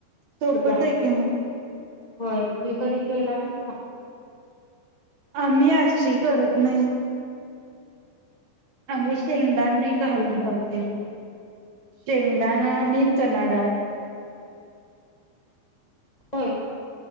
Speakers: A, on the right (about 55°); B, on the left (about 75°).
A: सोपच
B: करायचं
A: आहे की मग.
B: होय तुम्ही कधी केला नाहीसा.
A: मी अशी करत नाही. आम्ही शेंगदाण घालून करते शेंगदाणा आणि चणाडाळ.
B: हम्म.